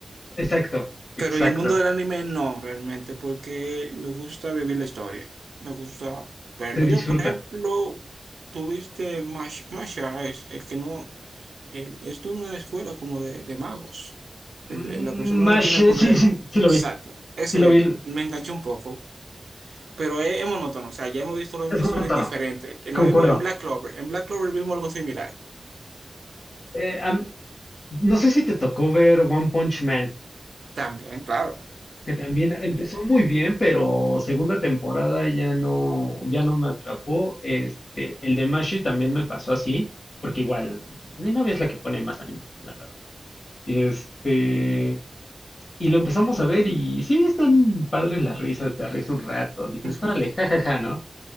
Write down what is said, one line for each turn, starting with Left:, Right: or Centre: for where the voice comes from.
Left: exacto, exacto.
Right: Pero en el mundo del anime no, realmente, porque me gusta vivir la historia. Me gusta verlo.
Left: Se disfruta.
Right: Yo, por ejemplo, tuviste Mash- Masha, es el que no. el- es de una escuela como de, de magos.
Left: Mm,
Right: El- el- la persona
Left: Mash,
Right: no tiene poder.
Left: eh, sí, sí, sí lo
Right: Exacto.
Left: vi,
Right: Ese
Left: sí lo vi.
Right: me enganchó un poco. Pero es, es monótono. O sea, ya hemos visto la misma
Left: Es monótono.
Right: historia diferente. Lo
Left: Concuerdo.
Right: vimos en Black Clover. En Black Clover vimos algo similar.
Left: Eh, a, No sé si te tocó ver One Punch Man,
Right: También, claro.
Left: que también empezó muy bien, pero segunda temporada ya no, ya no me atrapó. Este, el de Mashi también me pasó así, porque igual, mi novia es la que pone más anime aquí, la verdad. Este, y lo empezamos a ver y sí, están padres las risas, te ríes un rato, dices,
Right: <laughs>
Left: órale, jajaja, ¿no?